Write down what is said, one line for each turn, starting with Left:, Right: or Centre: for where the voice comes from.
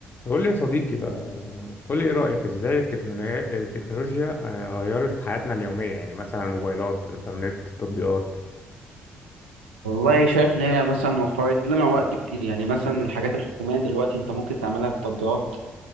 Left: قول لي يا صديقي بقى قول لي ايه رأيك ازاي التكنولوجيا التكنولوجيا آه، غيرت حياتنا اليومية يعني مثلا موبايلات انترنت تطبيقات
Right: والله شايف ان هي مثلا وفرت لنا وقت كتير يعني مثلا الحاجات الحكوميه دلوقتي انت ممكن تعملها بتطبيقات